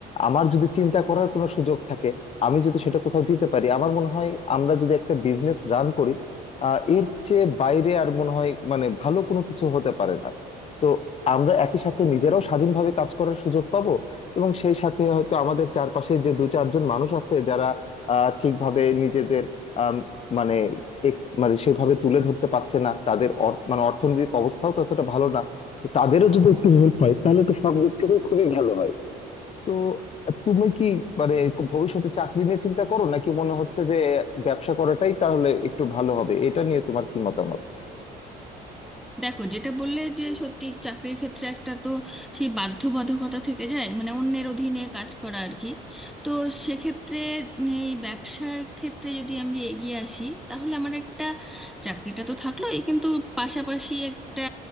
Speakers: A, on the left (about 40°); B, in the centre.
A: আমার যদি চিন্তা করার কোনো সুযোগ থাকে আমি যদি সেটা কোথাও দিতে পারি আমার মনে হয় আমরা যদি একটা বিজনেস রান করি আহ, এর চেয়ে বাইরে আর মনে হয় মানে ভালো কোনো কিছু হতে পারে না তো আমরা একই সাথে নিজেরাও স্বাধীনভাবে কাজ করার সুযোগ পাবো এবং সেই সাথে হয়তো আমাদের চারপাশে যে দু চারজন মানুষ আছে যারা আহ, ঠিকভাবে নিজেদের আম, মানে ex- মানে সেভাবে তুলে ধরতে পারছে না তাদের অর- মানে অর্থনৈতিক অবস্থাও ততটা ভালো না তো তাদেরও যদি একটু হেল্প হয় তাহলে তো সব দিক থেকে খুবই ভালো হয় তো তুমি কি মানে ভবিষ্যতে চাকরি নিয়ে চিন্তা করো নাকি মনে হচ্ছে যে ব্যবসা করাটাই তাহলে একটু ভালো হবে এটা নিয়ে তোমার কি মতামত
B: দেখো যেটা বললে যে সত্যি চাকরির ক্ষেত্রে একটা তো সেই বাধ্যবাধকতা থেকে যায় মানে অন্যের অধীনে কাজ করা আর কি তো সেক্ষেত্রে এই ব্যবসার ক্ষেত্রে যদি আমি এগিয়ে আসি তাহলে আমার একটা চাকরিটা তো থাকলোই কিন্তু পাশাপাশি একটা